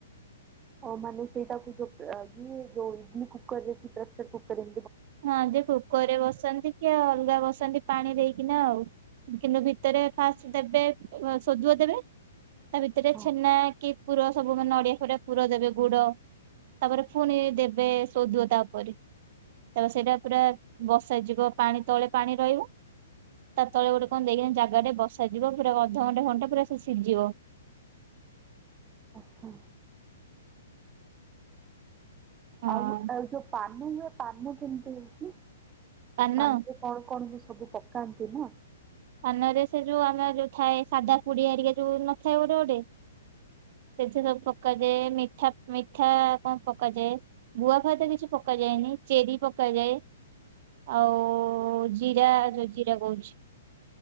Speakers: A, on the right; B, on the right.
A: ହଉ ମାନେ ସେଇଟାକୁ ଯୋଉ ଇଏ ଯୋଉ ଇଡଲି କୁକର ରେ କି ପ୍ରେସର କୁକରରେ
B: ହଁ ଯେ କୁକରରେ ବସାନ୍ତି କି ଅଲଗା ବସାନ୍ତି ପାଣି ଦେଇକିନା ଆଉ କିନ୍ତୁ ଭି ଭିତରେ ଫାର୍ଷ୍ଟ ଦେବେ, ସୋଦୁଅ ଦେବେ ତା ଭିତରେ
A: ହଁ
B: ଛେନା କି ପୁର ସବୁ ମାନେ ନଡିଆ ଫଡିଆ ପୁର ଦେବେ, ଗୁଡ ତାପରେ ଫୁଣି ଦେବେ ସୋଦୁଅ ତା ଉପରେ। ତ ସେଇଟା ପୁରା ବସା ଯିବ ପାଣି ତଳେ ପାଣି ରହିବ। ତା ତଳେ ଗୋଟେ କଣ ଦେଇକି ଜାଗାଟେ ବସ ଯିବ ପୁରା ଅଧଘଣ୍ଟା ଖଣ୍ଟେ ପୁରା ସେ ସିଝିବ।
A: ଆଛା।
B: ହଁ
A: ଆଉ ଆଉ ଯୋଉ ପାନ ହୁଏ ପାନ କେମିତି ହୋଉଚି।
B: ପାନ
A: ପାନରେ କଣ କଣ ବି ସବୁ ପକାନ୍ତି ନା
B: ପାନରେ ସେ ଯୋଉ ଆମର ଯୋଉ ଥାଏ। ସାଧା ପୁଡି ଆରିକା ଯୋଉ ନଥାଏ ଗୋଟେ ଗୋଟେ ସେଥିରେ ପକାଯାଏ ମିଠା ମିଠା କଣ ପକାଯାଏ? ଗୁଆ ଫୁଆ ତ କିଛି ପକାଯାଏନି ଚେରୀ ପକ୍ ପକାଯାଏ ଆଉ ଜିରା ଯୋଉ ଜିରା କହୁଚି